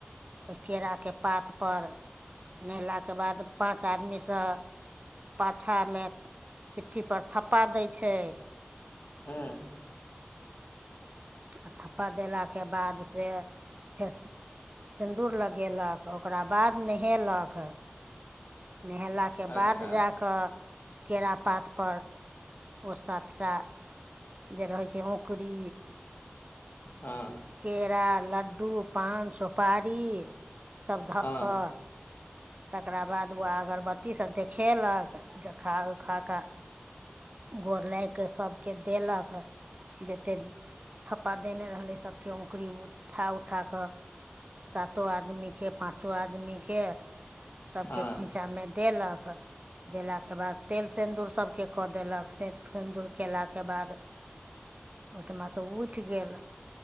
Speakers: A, on the right; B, on the left.
A: ओहि, केराके पात पर नहेला के बाद पाँच आदमी सँ अो्छामे पिट्ठी पर थप्पा दै छै।
B: हँ
A: आ थप्पा देलाके बाद से फेर स् सिन्दूर लगे लक ओकरा बाद नहेलक नहेलाक के
B: अच्छा
A: बाद जा कऽ केरा पात पर ओ सातटा जे रहै छै औकरी
B: हँ
A: केरा लड्डू पान सुपारी सभ धऽ
B: हँ
A: कऽ तकरा बाद ओ अगरबत्ती से देखेलक देखा उखा कऽ गोर लागि कऽ सभकेँ देलक जतेक थप्पा देने रहलै सभके ओकुरी उ उठा उठा कऽ सातो आदमी के पाँचो आदमी के सभ
B: हँ
A: के खोँइछा मे देलक देला के बाद तेल सिन्दूर सभ केँ कऽ देलक से सिन्दूर कयलाके बाद ओहिठिमा सँ उठि गेल